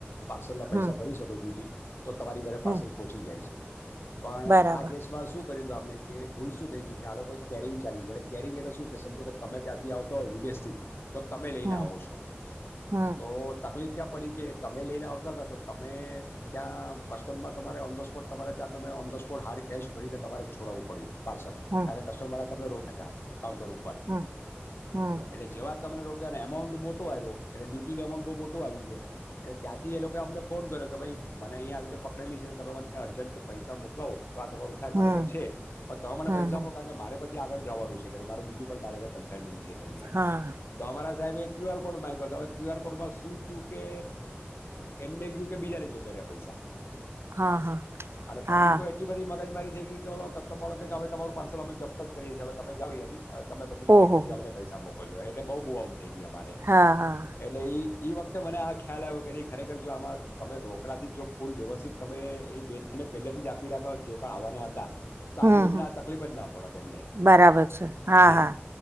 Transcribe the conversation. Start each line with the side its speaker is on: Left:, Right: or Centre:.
Left: પાર્સલના
Right: હમ
Left: પૈસા ભરી શકો ડ્યુટી તો તમારી ઘરે
Right: હમ
Left: પાર્સલ પહોંચી જાય છે. પણ
Right: બરાબર
Left: આ કેસમાં શું કરી દું આમં કે ભૂલ શું થઈ ગઈ કે આ લોકો કેરિંગ ચાલી છે, એટ કેરિંગ એટલે શું કે સમજો કે તમે ત્યાંથી આવતો હો વિદેશથી તો તમે લઈને
Right: હમ
Left: આવો છો
Right: હમ
Left: તો તકલીફ ક્યા પડી કે તમે લઈને આવતા હતા તો તમે ત્યાં કસ્ટમમાં તમારે ઓન ધ સ્પોટ તમારે ત્યાં તમે on the spot hard cash ભરીને તમારે છોડાવું, પડ્યું પાર્સલ
Right: હમ
Left: કારણ કે કસ્ટમ બળ તમને રોક્યા તા કાઉન્ટર ઉપર
Right: હમ હમ
Left: એટલે, જેવા તમને રો ને એમાઉન્ટ મોટો આવ્યો એટલે ડ્યુટીનો એમાઉન્ટ બહુ મોટો આવી ગયો, એટલે ત્યાંથી એ લોકોએ અમને ફોન કર્યો કે ભાઈ મને અહીંયા આવી રતે પકડેલી છે, ને તમે મને અર્જન્ટ પૈસા મોકલાવો તો આ તમારું થાય
Right: હમ
Left: મારે ઘર છે, તો મને
Right: હમ
Left: પૈસા
Right: હમ
Left: આપો કારણ કે મારે પછી આગળ જવાનું છે, મારો બીજું પણ મારે આ કન્સાઈઇમેન્ટ છે કરીને
Right: હા
Left: તો અમારા સાહેબ એક ક્યુ આર કોડ માંગયો હતો હવે ક્યુ આર કોડમાં શું થયું, કે એમને ગયું કે બીજાને જતો રહ્યા પૈસા
Right: હા હા
Left: અને
Right: હા
Left: પછી તો એટલી બધી મગજ મારી થઈ ગઈ કે ઓલો કસ્ટમર હો કે હવે તમારૂ પાર્સલ અમે જપ્ત જ કરીએ છીએ, હવે તમે જાવ અહીંયાથી તમે પછી ડાયરેક
Right: ઓહો
Left: પછી અમને પૈસા મોકલજો એને બ બોવાલ થઇ ગઈ અમારે
Right: હા હા
Left: એટલે ઈ ઈ વખ તે મને આ ખ્યાલ આવ્યો કે ની ખરેખર જો આમાં તમે રોકડા થી જો ફૂલ વ્યવસ્થિત તમે એ બેને પહેલેથી જ આપી રાખ્યા હોત, જે પણ આવવાના હતા તો
Right: હમ્મ
Left: આજે એમને
Right: હમ્મ
Left: આ તકલીફ જ ના પડત એમને
Right: બરાબર છે હા
Left: હાજી
Right: હા